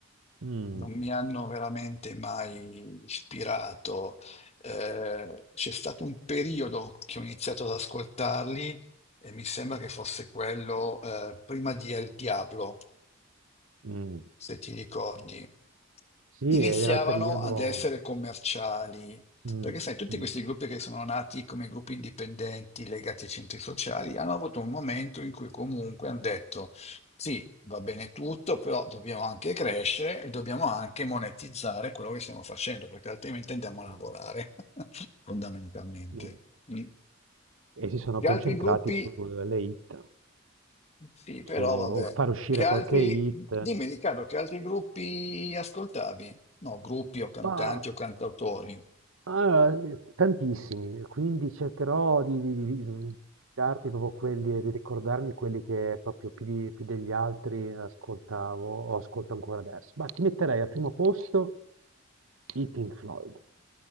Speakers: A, on the right; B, on the left.
A: Mh,
B: non mi hanno veramente mai ispirato. Eh, c'è stato un periodo che ho iniziato ad ascoltarli e mi sembra che fosse quello eh, prima di El Diablo
A: mh.
B: se ti ricordi,
A: Sì,
B: iniziavano
A: ed era il periodo
B: ad essere commerciali.
A: mh,
B: Perché sai, tutti
A: mh,
B: questi gruppi che sono nati come gruppi indipendenti legati ai centri sociali hanno avuto un momento in cui comunque hanno detto sì, va bene tutto, però dobbiamo anche crescere e dobbiamo anche monetizzare quello che stiamo facendo, perché altrimenti andiamo a
A: mh,
B: lavorare, <laughs> fondamentalmente.
A: mh.
B: Mm.
A: E si sono
B: Gli
A: concentrati
B: altri gruppi
A: sulle hit,
B: sì, però
A: su
B: vabbè.
A: far uscire
B: Che altri...
A: qualche hit.
B: Dimmi Riccardo, che altri gruppi ascoltavi? No, gruppi o cantanti
A: Ma
B: o cantautori.
A: Ah, tantissimi, quindi cercherò di, di- di- di darti proprio quelli, di ricordarmi quelli che proprio più, di- più degli altri ascoltavo o ascolto ancora adesso. Ma ti metterei al primo posto i Pink Floyd,